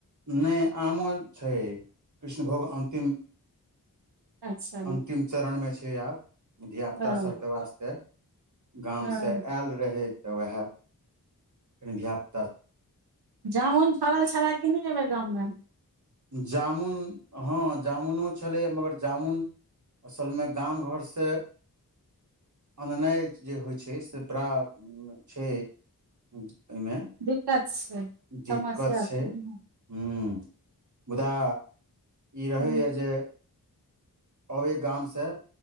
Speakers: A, on the right (about 50°); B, on the right (about 85°).
A: नहि आमो छै कृष्णभोग अन्तिम
B: अच्छा
A: अन्तिम चरणमे छै आब धियापुतास
B: हँ
A: सभके वास्ते गामसँ
B: हँ
A: आयल रहै तऽ उएह कनिध्याप
B: जामुन फड़ल छलै कि नै अइबेर गाममे
A: जामुन हँ जामुनो छलैए मगर जामुन असलमे गाम घरसँ आननाइ जे होइ छै से बड़ा छै ओहिमे
B: दिक्कत छै
A: दिक्कत
B: समस्या
A: छै
B: हूँ
A: ह मुदा ई रहैए
B: हूँ
A: जे ओये गामसँ